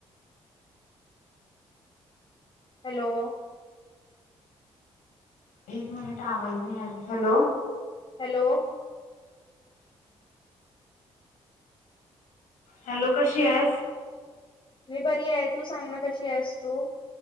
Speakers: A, on the left (about 40°); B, on the left (about 85°).
A: हॅलो!
B: एक मिनिट आवाज नाही हॅलो.
A: हॅलो!
B: हॅलो कशीयास.
A: मी बरी आहे तू सांग ना कशी आहेस तो.